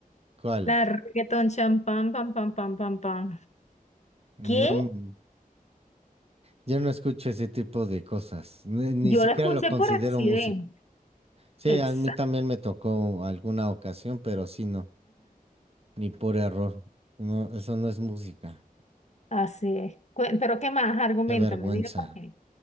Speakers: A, on the right; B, on the left.
A: ¿Cuál?
B: La de reggaetón champán, pam, pam, pam, pam, pam.
A: No,
B: ¿Qué?
A: mm, yo no escucho ese tipo de cosas. Ni, ni
B: Yo
A: siquiera
B: la escuché
A: lo considero
B: por accidente.
A: música. Sí,
B: Exacto.
A: a mí también me tocó alguna ocasión, pero sí no, ni por error. No, eso no es música.
B: Así es. Cuen- Pero ¿qué más? Argumentame,
A: Qué vergüenza.
B: dime por qué.